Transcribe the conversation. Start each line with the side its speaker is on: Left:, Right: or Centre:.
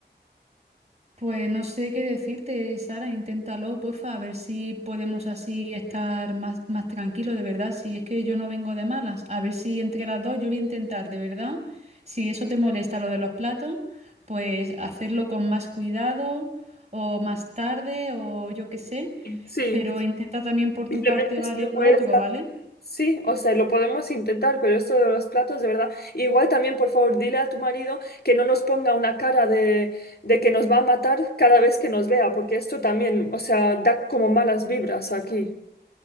Right: Pues no sé qué decirte, Sara, inténtalo, porfa, a ver si podemos así estar más, más tranquilos, de verdad, si es que yo no vengo de malas, a ver si entre las dos yo voy a intentar, de verdad, si eso te molesta lo de los platos, pues hacerlo con más cuidado o más tarde o yo qué sé,
Left: Sí,
Right: pero intenta también por
Left: simplemente
Right: tu parte, ¿vale?
Left: si lo
Right: Lo
Left: puedes
Right: otro, ¿vale?
Left: Sí, o sea, lo podemos intentar, pero esto de los platos, de verdad. Igual también, por favor, dile a tu marido que no nos ponga una cara de, de que nos va a matar cada vez que nos vea, porque esto también, o sea, da como malas vibras aquí.